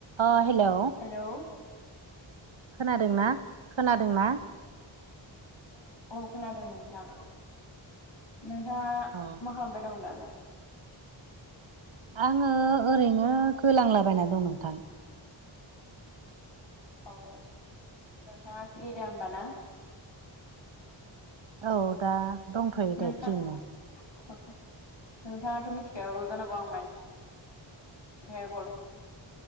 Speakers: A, on the right (about 70°); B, on the left (about 60°).
A: ओ हेलौ
B: हेलौ
A: खोनादोंना खोनादोंना?
B: औ खोनादों नोंथां नोंथाङा
A: औ
B: मा खालामबाय दं दालाय?
A: आङो ओरैनो गोलांला बायना दं नोंथां
B: अ नोंथाङा फ्रि दा ओमबा ना?
A: औ दा दंथ'यो
B: नोंथां
A: दे फ्रियैनो
B: <unintelligible> नोंथाङाथ' मिथिखागौ जानांगौ आं मानि थाखाय कल